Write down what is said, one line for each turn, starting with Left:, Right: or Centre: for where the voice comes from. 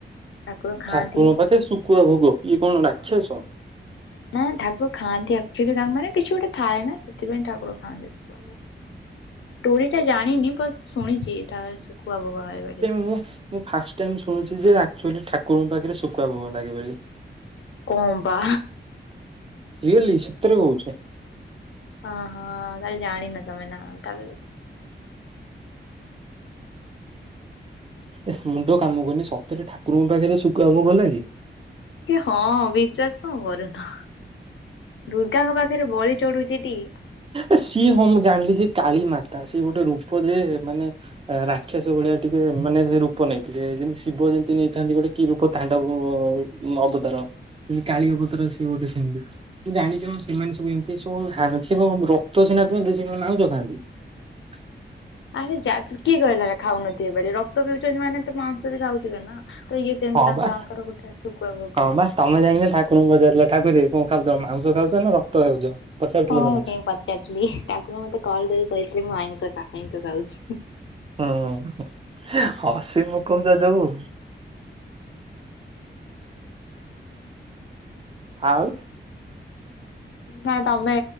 Left: ଠାକୁର ଖାଆନ୍ତି
Right: ଠାକୁରଙ୍କ
Left: ହିଁ
Right: ପାଖେ ଶୁକୁଆ ଭୋଗ ଇଏ କଣ ରାକ୍ଷସ।
Left: ନା ଠାକୁର ଖାଆନ୍ତି ଆକ୍ଚୁଆଲି ତାଙ୍କ ମାନେ କିଛି ଗୋଟେ ଥାଏନା ସେଥିପାଇଁ ଠାକୁର ଖାଆନ୍ତି ସୁକୁଆ ଭୋ ଟୁରିଟା ଜାଣିନି ବାସ୍ ଶୁଣିଚି ଠା ଶୁଖୁଆ ଭୋଗ ହଏ ବୋଲି।
Right: <unintelligible> ଫାଷ୍ଟ ଟାଇମ୍ ଶୁଣୁଚିଯେ ଆକ୍ଚୁଆଲି ଠାକୁରଙ୍କ ପାଖରେ ଶୁଖୁଆ ଭୋଗ ଲାଗେ ବୋଲି।
Left: କନ୍ ବା
Right: ରିୟେଲି ସେତରେ କହୁଚି।
Left: ଅଁହଁ ତାହେଲେ ଜାଣିନ ତମେନା ତାଲେ
Right: ଏ ମୁଣ୍ଡ କାମ କରୁନି ସତରେ ଠାକୁରଙ୍କ ପାଖରେ ଶୁକୁଆ ଭୋଗ ଲାଗେ?
Left: ଏ ହଁ ବିଶ୍ଵାସ କଣ କରୁନ ଦୁର୍ଗାଙ୍କ ପାଖରେ ବଳି ଚଢୁଚିଟି।
Right: ଏ ସିଏ ହଁ ମୁ ଜାଣିଲି ସେ କାଳୀମାତା ସିଏ ଗୋଟେ ରୂପ ଯେ ମାନେ ଏଁ ରାକ୍ଷସ ଭଳିଆ ଟିକେ ମାନେ ରୂପ ନେଇଥିଲେ ଯେମିତି ଶିବ ଯେମିତି ନେଇଥାନ୍ତି ଗୋଟେ କି ରୂପ ତାଣ୍ଡବ ରୁ ଅବତାର ସେମିତି କାଳି ଅବତାର ସେ ଗୋଟେ ସେମିତି। ତୁ ଜାଣିଚୁ ସେମାନେ ସବୁ ଏମିତି ସବୁୁ ହାଣୁ ସେ ରକ୍ତ ସିନାପିଅନ୍ତି ସେକଣ ମାଉଁଛ ଖାନ୍ତି। <inaudible>
Left: ଆରେ ଜା କିଏ କହିଲା ଏରା ଖାଉନଥିବେବୋଲି ଆରେ ରକ୍ତ ପିଉଛନ୍ତି ମାନେ ତ ମାଂସ ବି ଖାଉଥିବେ ନା? ତ ଇଏ ସେମିତି
Right: ହଁ
Left: ତାଙ୍କର
Right: ବା
Left: ଆଙ୍କର ଗୋଟେ ଶୁଖୁଆ ଭୋଗ
Right: ହଁ
Left: ହଏ।
Right: ବା ତମେ ଯାଇକିନାଁ ଠାକୁରଙ୍କୁ ପଚାରିଲ ଠାକୁରେ କଣ ଖାଉଥିଲ ମାଂ ଉଷ ଖାଉଛ ନା ରକ୍ତ ଖାଉଛ? ପଚାରୁଥିଲ
Left: ହଁ ମୁଁ
Right: ତମେ
Left: କାହିଙ୍କି ପଚାରିଥିଲି ଠାକୁର ମତେ କଲ୍ କରି କହିିଥିଲେ ମୁଁ ଆଇଁଷ କାହା ଆଇଁଷ ଖାଉଛି।
Right: ହୁଁ ହସି ପକଉଚ ଯଉ। ଆଉ।
Left: ନାଇଁ ତମେ